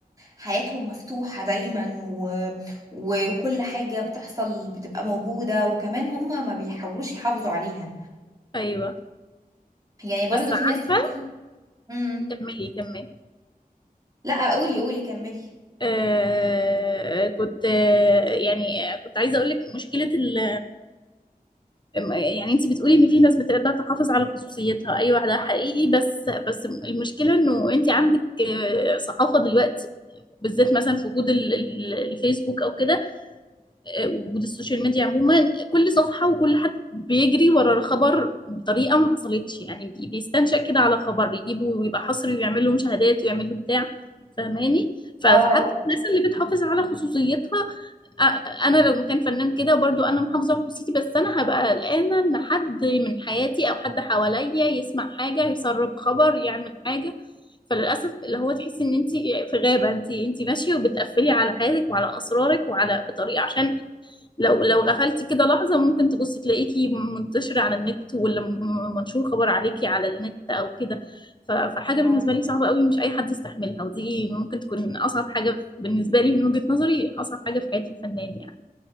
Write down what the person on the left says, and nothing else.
ايوه
بس
عارفه
كملي كملي
آه كنت آه يعني آه، كنت عايزه اقول لك مشكله ال يعني انت بتقولي ان في ناس بتقدر تحافظ على خصوصيتها ايوه ده حقيقي بس بس المشكله انه انت عندك آه، صحافه دلوقتي بالذات مثلا في وجود ال- ال- الفيسبوك او كده وجود السوشيال ميديا عموما كل صفحة وكل حد بيجري ورا خبر بطريقة ما حصلتش يعني بي- بيستنشق كده على خبر يجيبه ويبقى حصري ويعمل له مشاهدات ويعمل له بتاع فاهماني ف-
فحتى الناس اللي بتحافظ على خصوصيتها أ- انا لو كان فنان كده برضو انا محافظة على خصوصيتي بس انا هبقى قلقانة ان حد من حياتي او حد حواليا يسمع حاجة يسرب خبر يعمل حاجة فللاسف اللي هو تحسي ان انت في غابه انت انت ماشيه وبتقفلي على حياتك وعلى اسرارك وعلى بطريقه عشان لو لو غفلتي كده لحظة ممكن تبصي تلاقيكي منتشرة على النت ولا م- منشور خبر عليكي على النت أو كده ف- فحاجة
بالنسبة لي صعبة قوي مش أي حد يستحملها ودي ممكن تكون أصعب حاجة بالنسبة لي من وجهة نظري أصعب حاجة في حياة الفنان يعني